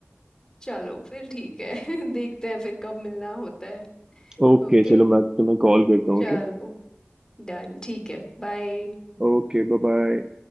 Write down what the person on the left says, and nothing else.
चलो फिर ठीक है <laughs> देखते हैं फिर कब मिलना होता है
ओके
चलो
डन ठीक है बाय